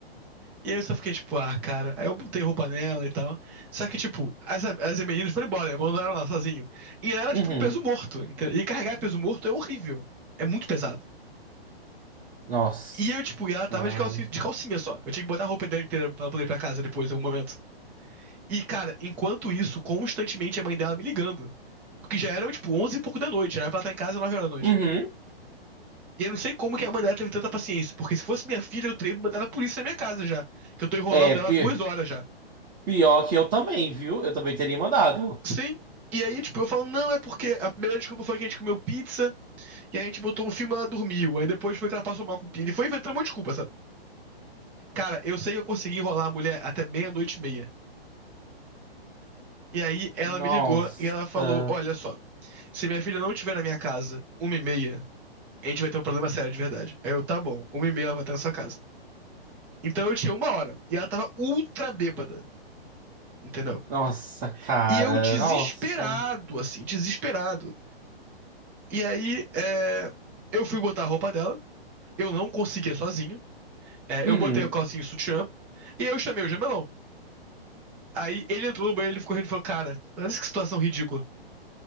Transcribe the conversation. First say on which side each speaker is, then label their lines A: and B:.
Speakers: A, in the centre; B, on the right.
A: E aí eu só fiquei, tipo, ah, cara. Aí eu botei roupa nela e tal. Só que, tipo, as, as meninas foram embora, abandonaram ela sozinho. E ela era,
B: Uhum.
A: tipo, um peso morto. entendeu? E carregar peso morto é horrível. É muito pesado.
B: Nossa.
A: E eu, tipo, e ela tava
B: Então,
A: de calcinha, de calcinha só. Eu tinha que botar a roupa dela inteira pra ela poder ir pra casa depois, em algum momento. E, cara, enquanto isso, constantemente a mãe dela me ligando. Porque já eram, tipo, 11 e pouco da noite. Já Era pra ela estar em casa às 9 horas da noite.
B: Uhum.
A: E eu não sei como que a mãe dela teve tanta paciência. Porque se fosse minha filha, eu teria mandado a polícia na minha casa já. Que eu tô enrolando
B: É,
A: ela
B: pi-
A: duas horas já.
B: pior que eu também, viu? Eu também teria mandado.
A: Sim. E aí, tipo, eu falo, não, é porque a primeira desculpa foi que a gente comeu pizza, e aí a gente botou um filme e ela dormiu. Aí depois foi que ela passou mal com pizza. E foi inventando uma desculpa, sabe? Cara, eu sei que eu consegui enrolar a mulher até meia-noite e meia. E aí ela
B: Nossa.
A: me ligou e ela falou: Olha só, se minha filha não estiver na minha casa uma e meia, a gente vai ter um problema sério de verdade. Aí eu, tá bom, uma e meia ela vai estar na sua casa. Então eu tinha uma hora e ela tava ultra bêbada, entendeu?
B: Nossa, cara.
A: E eu desesperado,
B: Nossa.
A: assim, desesperado. E aí é, eu fui botar a roupa dela, eu não conseguia sozinho. É,
B: Uhum.
A: eu botei o calcinho e o sutiã e eu chamei o jamelão. Aí ele entrou no banheiro, ele ficou rindo e falou: Cara, olha que situação ridícula.